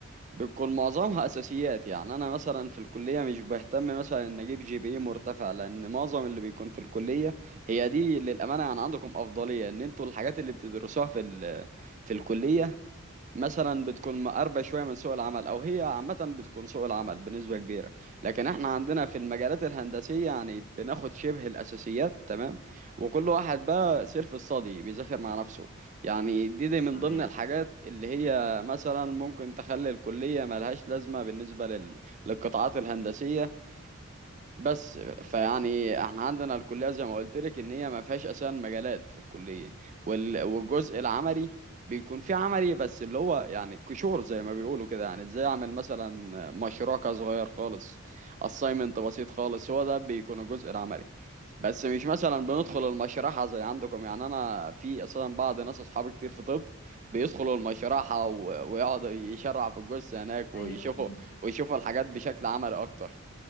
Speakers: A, on the right; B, on the left.
A: بتكون معظمها اساسيات يعني انا مثلا في الكليه مش بهتم مثلا ان اجيب جي بي اي مرتفع لان معظم اللي بيكون في الكليه هي دي للامانه يعني عندكم افضليه ان انتوا الحاجات اللي بتدرسوها في ال- في الكليه مثلا بتكون مقربة شوية من سوق العمل أو هي عامة بتكون سوق العمل بنسبة كبيرة لكن احنا عندنا في المجالات الهندسية يعني بناخد شبه الأساسيات تمام وكل واحد بقى سيلف ستادي بيذاكر مع نفسه يعني دي, دي من
B: تمام
A: ضمن الحاجات اللي هي مثلا ممكن تخلي الكلية ملهاش لازمة بالنسبة لل... للقطاعات الهندسية بس فيعني احنا عندنا الكليه زي ما قلت لك ان هي ما فيهاش اساسا مجالات في الكليه وال- والجزء العملي بيكون فيه عملي بس اللي هو يعني كشور زي ما بيقولوا كده يعني ازاي اعمل مثلا مشروع كده صغير خالص assignment بسيط خالص هو ده بيكون الجزء العملي بس مش مثلا بندخل المشرحه زي عندكم يعني انا في اساسا بعض ناس اصحابي كتير في طب بيدخلوا المشرحه و- ويقعدوا يشرح في الجثه هناك ويشوفوا
B: ايوه فهمت
A: ويشوفوا الحاجات بشكل عملي اكتر